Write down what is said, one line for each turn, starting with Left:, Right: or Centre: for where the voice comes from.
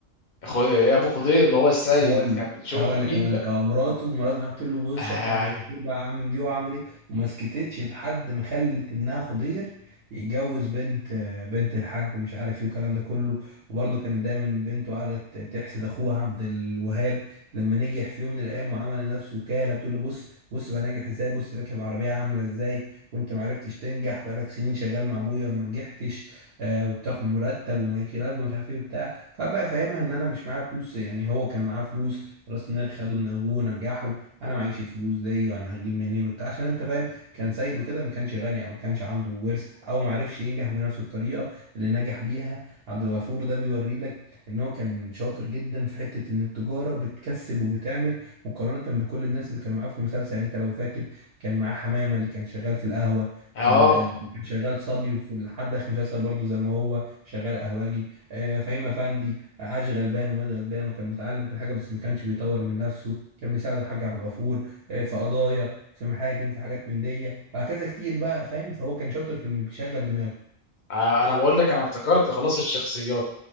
Left: خ- آه، ابو خضير اللي هو السيد
Right: هقول لك
Left: كان بتشوف
Right: هقول
Left: مين
Right: لك هقول
Left: بقى
Right: لك هو مراته مراته راحت تقول له بص
Left: اه,
Right: شايف عبد الغفور بقى عامل دي وعامل ايه وما سكتتش لحد ما خلت ابنها خضير يتجوز بنت بنت الحاج ومش عارف ايه والكلام ده كله وبرده كانت دايما بنته قعدت تحسد اخوها عبد الوهاب لما نجح في يوم من الايام وعمل لنفسه وكاله بتقول له بص بص بقى ناجح ازاي بص راكب عربيه عامله ازاي وانت ما عرفتش تنجح بقالك سنين شغال مع ابويا وما نجحتش آه وبتاخد مرتب ومالكش لازمه مش عارف ايه وبتاع فبقى فاهمها ان انا مش معايا فلوس يعني هو كان معاه فلوس راس مال خده من ابوه ونجحه انا معيش الفلوس دي وانا هجيب منين وبتاع عشان انت فاهم كان سيد كده ما كانش غني او ما كانش عنده ورث او ما عرفش ينجح بنفس الطريقه اللي نجح بيها عبد الغفور ده بيوري لك ان هو كان شاطر جدا في حته ان التجاره بتكسب وبتعمل مقارنه بكل الناس اللي كانوا معاه في المسلسل يعني انت لو فاكر كان معاه حمامه اللي كان شغال في القهوه
Left: آه.
Right: كان آه، كان شغال صبي وفي لحد اخر المسلسل برضه زي ما هو شغال قهوجي آه، فهيم افندي عاش غلبان ومات غلبان وكان متعلم كل حاجه بس ما كانش بيطور من نفسه كان بيساعد الحاج عبد الغفور آه، في قضايا في محاكم في حاجات من دي وهكذا كتير بقى فاهم فهو كان شاطر في انه بيشغل دماغه
Left: آه، انا بقول لك انا افتكرت خلاص الشخصيات